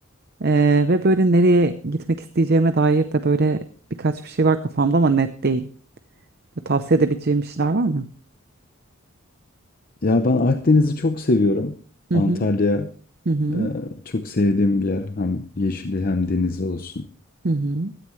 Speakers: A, on the right; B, on the left.
A: Ee, ve böyle nereye gitmek isteyeceğime dair de böyle birkaç bir şey var kafamda ama net değil. Böyle tavsiye edebileceğim bir şeyler var mı?
B: Ya ben Akdeniz'i çok seviyorum.
A: Hı
B: Antalya
A: hı hı hı.
B: e, çok sevdiğim bir yer. Hem yeşili hem denizi olsun.
A: hı hı.